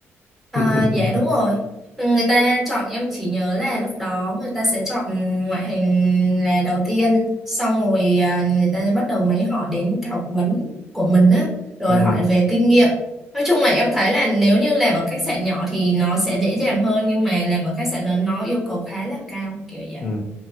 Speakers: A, in the centre; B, on the left.
A: à,
B: <laughs>
A: dạ đúng rồi Ừ, người ta chọn em chỉ nhớ là lúc đó người ta sẽ chọn ngoại hình là đầu tiên xong rồi à, người ta bắt đầu mới hỏi đến cái học vấn của mình á rồi
B: Ừ.
A: hỏi về kinh nghiệm nói chung là em thấy là nếu như làm ở khách sạn nhỏ thì nó sẽ dễ dàng hơn nhưng mà làm ở khách sạn lớn nó yêu cầu khá là cao kiểu vậy
B: Ừ.